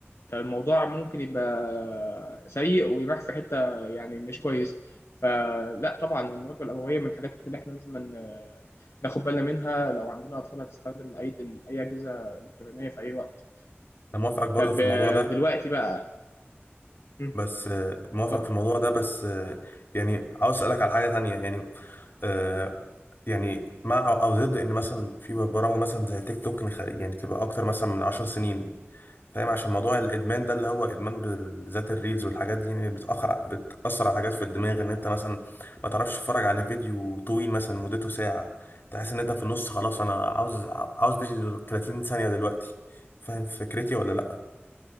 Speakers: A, on the left; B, on the left.
A: فالموضوع ممكن يبقى سيء ويروح في حتة يعني مش كويس فلا طبعا المراقبة الأبوية من الحاجات اللي احنا لازم ن- ناخد بالنا منها لو عندنا أطفال هتستخدم أي أي أجهزة إلكترونية في أي وقت
B: انا موافقك برضو
A: طب
B: في
A: آه،
B: الموضوع ده
A: دلوقتي بقى مم،
B: بس آه، موافقك
A: اتفضل
B: في الموضوع ده بس آه، يعني عاوز اسالك على حاجه تانية يعني آه يعني مع او ضد ان مثلا في برامج مثلا زي تيك توك نخ- يعني تبقى اكتر مثلا من عشر سنين فاهم عشان موضوع الادمان ده اللي هو ادمان بالذات الريلز والحاجات دي يعني بتاخر بتاثر على حاجات في الدماغ ان انت مثلا ما تعرفش تتفرج على فيديو طويل مثلا مدته ساعه تحس ان انت في النص خلاص انا عاوز عاوز فيديو 30 ثانيه دلوقتي فاهم فكرتي ولا لا